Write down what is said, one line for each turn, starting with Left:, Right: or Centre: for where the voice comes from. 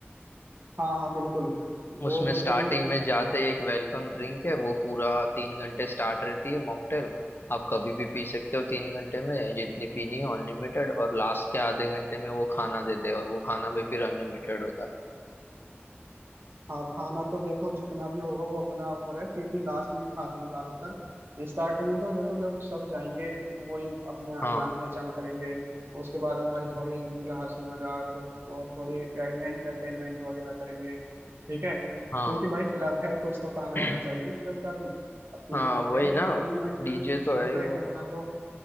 Right: हाँ हाँ बिल्कुल वो
Left: उसमें
Right: मतलब
Left: स्टार्टिंग
Right: मैं
Left: में जाते ही एक वेलकम ड्रिंक है वो पूरा तीन घंटे स्टार्ट रहती है मॉकटेल आप कभी भी पी सकते हो तीन घंटे में जितनी पीनी है अनलिमिटेड और लास्ट के आधे घंटे में वो खाना देते हैं और वो खाना भी फिर अनलिमिटेड होता है
Right: हाँ खाना तो देखो जितना भी होगा वो अपना ऊपर है क्योंकि लास्ट में खाते हैं ज्यादातर स्टार्टिंग में तो देखो जब सब जाएंगे तो वही अपने
Left: हाँ
Right: जान पहचान करेंगे उसके बाद हम भाई
Left: हम्म।
Right: थोड़ी मतलब हंसी मजाक और थोड़ी एंटरटेनमेंट वगैरह करेंगे ठीक है क्योंकि
Left: हाँ
Right: भाई क्लब है कुछ तो फायदा
Left: <clears throat>
Right: होना चाहिए ना क्लब का भी अब तीन
Left: हाँ
Right: घंटे
Left: वही
Right: हैं
Left: ना
Right: तो तीन घंटे
Left: डीजे
Right: में
Left: तो
Right: शुरू
Left: है
Right: का
Left: ही वो
Right: एक घंटा
Left: हाँ
Right: तो